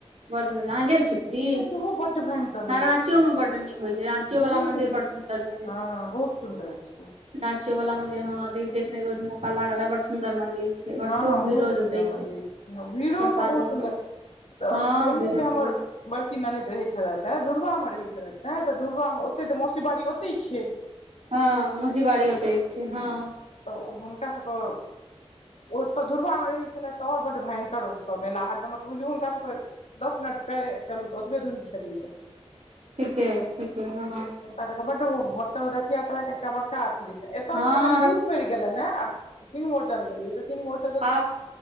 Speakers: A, on the right; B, on the left.
A: बड्ड होइत अहाँ गेल छी पुरी
B: उहों बड्ड भयंकर
A: हँ
B: होइ
A: राँचियोमे
B: छै
A: बड्ड नीक होइ छै राँचियोवला
B: बहुत
A: मन्दिर बड्ड
B: नीक
A: सुन्दर
B: होइ
A: छै
B: हँ बहुत सुन्दर छै
A: राँचियो वाला मंदिर हँ देखने मे के मौका लागल रहै बड्ड सुंदर मंदिर छै बड
B: हँ
A: खूब भीड़ो
B: बहुत सुन्दर
A: जुटे
B: मन्दिर छै भीड़ो
A: प्रसादो
B: ओतऽ बहुत सुन्दर
A: सब
B: तऽ
A: हँ
B: पहिने
A: भीड़ो
B: जे
A: खूब
B: हमर
A: छै
B: बड़की ननद रहैत छलथि हेँ दुरवामे रहैत छलथि हेँ तऽ दुरवामे ओतहि तऽ मौसी बारी ओतहि छै
A: हँ मौसिबारी ओतै छै हँ
B: तऽ ओ हुनका सभके ओतय दुर्बामे रहै छलै तऽ आओर बड्ड भयंकर ओतऽ मेला हरदमत ओ हुनकास सभके दस मिनट पैरे चलू तऽ ओतबे दूरी छलैये
A: ठीके ठीके हँ
B: ओकरा सबके बड्ड मतलब रथ यात्रा के एकटा बड़का अथी जे एतय
A: हँ
B: से तऽ कनी
A: रथ
B: दूर पड़ि गेलैन ये आब सिंह मोर्चान केेलिय तऽ सिंह मोर्चा
A: आब